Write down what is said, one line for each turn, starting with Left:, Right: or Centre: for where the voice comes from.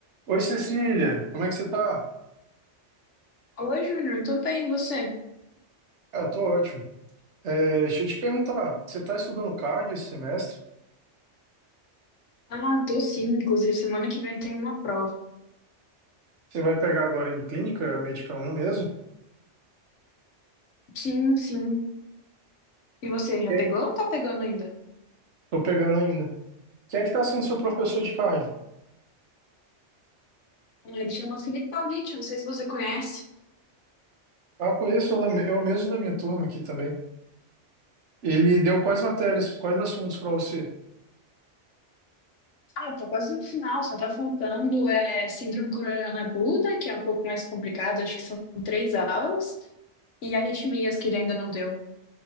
Right: Oi, Cecília, como é que você tá?
Left: Oi, Júnior, tô bem, e você?
Right: Ah, eu tô ótimo. É, deixa eu te perguntar, você tá estudando card esse semestre?
Left: Ah, tô sim, inclusive semana que vem tem uma prova.
Right: Você vai pegar agora em clínica, médica 1 mesmo?
Left: Sim, sim. E você, já
Right: É.
Left: pegou ou tá pegando ainda?
Right: Tô pegando ainda. Quem é que tá sendo seu professor de card?
Left: Ele chama Felipe Paulite, não sei se você conhece.
Right: Ah, conheço, é o da- é o mesmo da minha turma aqui também. Ele deu quais matérias, quais assuntos pra você?
Left: Ah, tô quase no final, só tá faltando é, Síndrome coronariana aguda, que é um pouco mais complicado, acho que são três aulas, e arritmias, que ele ainda não deu.